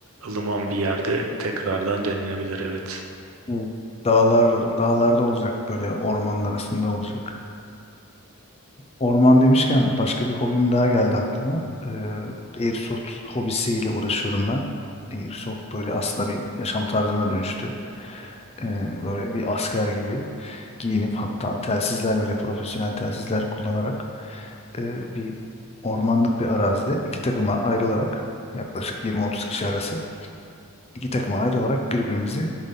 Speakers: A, on the right; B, on the left.
A: ılıman bir yerde tekrardan denenebilir evet.
B: Bu Dağlar dağlarda olacak böyle ormanın arasında olacak. Orman demişken başka bir hobim daha geldi aklıma. Ee, Airsoft hobisiyle uğraşıyorum ben. Airsoft böyle aslında bir yaşam tarzına dönüştü. Ee, böyle bir asker gibi giyinip hatta telsizler bile profesyonel telsizler kullanarak e, bir ormanlık bir arazide iki takıma ayrılarak yaklaşık 20-30 kişi arası iki takıma ayrılarak birbirimizi